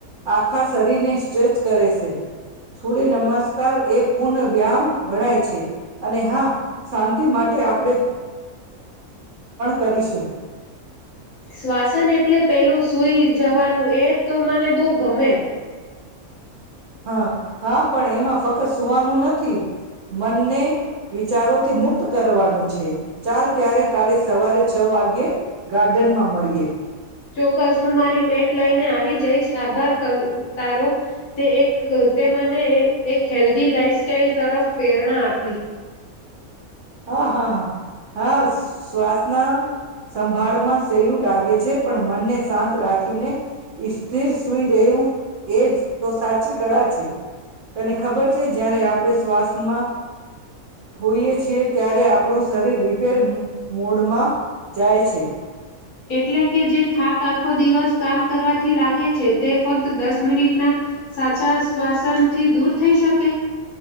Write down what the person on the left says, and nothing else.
શ્વાસન એટલે પેલું સુઈ જવાનું એ તો મને બવ ગમે.
ચોક્કસ હું મારી મેટ લઈને આવી જઈશ આભાર કવિ તારો તે એક તે મને એક હેલ્ધી લાઈફ સાઈલ તરફ પ્રેરણા આપી.
એટલે કે જે થાક આખો દિવસ કામ કરવાથી લાગે છે. તે ફક્ત દસ મિનિટના સાચા શ્વાસનથી દૂર થઈ શકે?